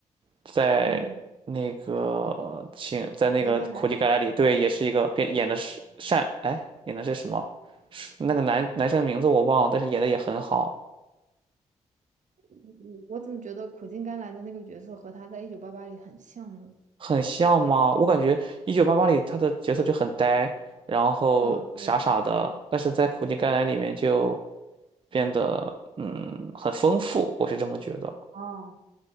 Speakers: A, on the right (about 35°); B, on the right (about 60°).
A: 在那个请在那个苦尽甘来里，
B: 嗯，苦尽甘来，
A: 对，也是一个变演的是善，哎，演的是什么？是那个男男生名字我忘了，但是演的也很好，
B: 嗯我我怎么觉得苦尽甘来的那个角色和他在《一九八八》里很像呢？
A: 很像吗？我感觉《一九八八》里他的角色就很呆，然后傻傻的，
B: 哦，对，
A: 但是在苦尽甘来里面就变得嗯很丰富，我是这么觉得。
B: 哦，